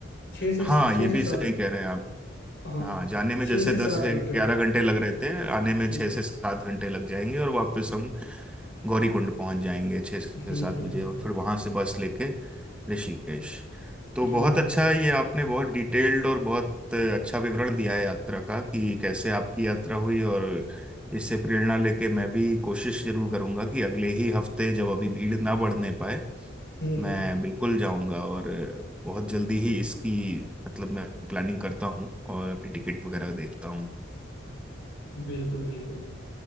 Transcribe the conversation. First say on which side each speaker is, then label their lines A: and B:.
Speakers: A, on the left; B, in the centre.
A: छः से
B: हाँ
A: छः
B: ये
A: से
B: भी
A: सात
B: सही कह रहे हैं आप
A: हाँ
B: हाँ जाने में
A: छः
B: जैसे
A: से
B: दस
A: सात
B: से
A: घंटे
B: ग्यारह घंटे लग रहे थे आने में
A: हम्म
B: छः से सात घंटे लग जाएंगे और वापस हम गौरीकुंड पहुंच जाएंगे छः से
A: हम्म
B: सात
A: हम्म
B: बजे
A: हम्म,
B: और फिर वहां से बस लेके ऋषिकेश तो
A: हाँ
B: बहुत
A: हाँ
B: अच्छा ये आपने बहुत डिटेल्ड और बहुत अच्छा विवरण दिया है यात्रा का कि कैसे आपकी यात्रा हुई और इससे प्रेरणा लेके मैं भी कोशिश जरूर करूंगा कि अगले ही हफ्ते जब अभी भीड़ ना बढ़ने पाए
A: हम्म
B: मैं
A: हम्म
B: बिल्कुल जाऊंगा और बहुत जल्दी ही इसकी मतलब मैं प्लानिंग करता हूँ और अपनी टिकट वगैरह देखता हूँ
A: बिल्कुल बिल्कुल